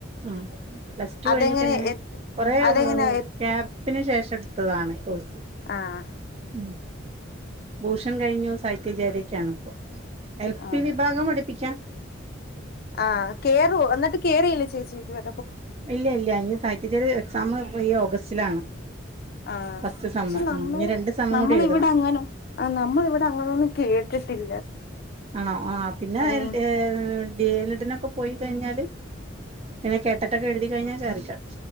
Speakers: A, on the right; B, on the left.
A: ഉം പ്ലസ് ടു
B: അതെങ്ങനെ
A: കഴിഞ്ഞിട്ട് എങ്ങനെ
B: എ
A: കു കുറെ
B: അതെങ്ങനെ എ
A: ക്യാപ് ത്തിന് ശേഷം എടുത്തതാണ് കോഴ്സ്
B: ആഹ്
A: ഉം ഭൂഷൺ കഴിഞ്ഞു സൈത്യാചാാര്യക്കാാണ് ഇപ്പൊ എൽ
B: ആഹ്
A: പി വിഭാഗം പഠപ്പിക്കാം
B: ആഹ് കേയറു എന്നിട്ട് കേയറിയില്ലേ ചേച്ചി ഇവിടെ
A: ഇല്ല ഇല്ല അഹ് സഹിച്ചിച്ചരു എക്സാം ഈ ഓഗസ്റ്റിലാണ്
B: ആഹ്
A: ഫസ്റ്റ്
B: പക്ഷെ
A: സെമ്മ്
B: നമ്മൾ
A: ഇനി രണ്ട് സെമ്മും
B: നമ്മൾ
A: കൂടി എഴുതണം
B: ഇവിടെ അങ്ങനെ ആഹ് നമ്മള ഇവിടെ അങ്ങനെൊന്നും കേട്ടിട്ടില്ല
A: ആണോ ആഹ് പിന്നെ
B: ആഹ്
A: എ ഡി എൽഡ പോയി കഴിഞ്ഞാല് പിന്നെ കെട്ടിട്ടൊക്കെ എഴുതി കഴിഞ്ഞാൽ സതിക്കാം